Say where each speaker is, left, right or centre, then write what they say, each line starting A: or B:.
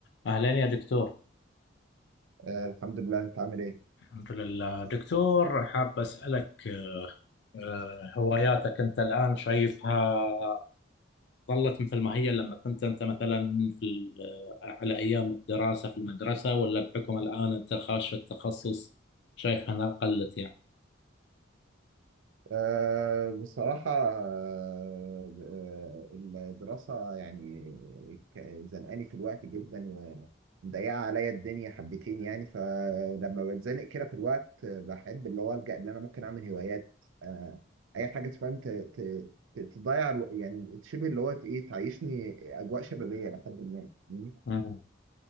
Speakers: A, on the left (about 60°); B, on the right (about 80°).
A: أهلين يا دكتور
B: آه الحمد لله انت عامل ايه
A: الحمد لله دكتور حاب أسألك آه، آه، هواياتك أنت الآن شايفها ظلت مثل ما هي لما كنت أنت مثلا في ال- آه، على أيام الدراسة في المدرسة ولا بحكم الآن أنت خاش في التخصص شايفها أنها قلت يعني
B: آه بصراحة آه آه، الدراسة يعني ك- زنقاني في الوقت جدا ومضيقة عليا الدنيا حبتين يعني فلما بتزنق كده في الوقت آه، بحب اللي هو ألجأ اللي أنا ممكن أعمل هوايات آه أي حاجة تفهم ت- ت- ت- تضيع الو- يعني شبه اللي هو إيه تعيشني أجواء شبابية لحد ما مم.
A: مم.